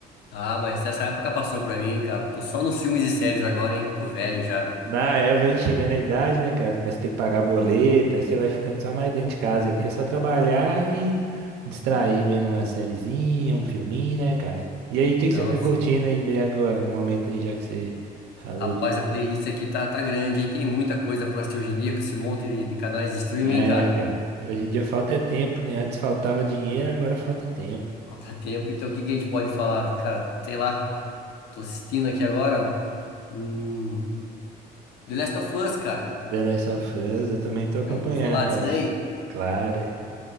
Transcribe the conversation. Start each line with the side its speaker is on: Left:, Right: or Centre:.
Left: Ah, mas essa época passou pra mim, cara. Tô só nos filmes e séries agora, hein? Tô velho já.
Right: Na Eva aí chegando à idade, né, cara? Começa a ter que pagar boleto, aí você vai ficando só mais dentro de casa ali. É só trabalhar e distrair vendo uma sériezinha, um filminho, né, cara? E aí, o que
Left: Não,
Right: que você tá
Left: assim,
Right: curtindo aí ver agora, no momento aí, já que você falou
Left: rapaz,
Right: de.
Left: a playlist aqui tá, tá grande, hein? Tem muita coisa pra assistir hoje em dia com esse monte de, de canais de streaming,
Right: É,
Left: cara.
Right: cara. Hoje em dia falta é tempo, né? Antes faltava dinheiro, agora falta tempo.
Left: Falta tempo, então o que que a gente pode falar? Cara, sei lá. Tô assistindo aqui agora. Hum, The Last of Us, cara.
Right: The Last of Us, eu também tô acompanhando,
Left: Já ouviu falar
Right: cara.
Left: disso daí?
Right: Claro. é.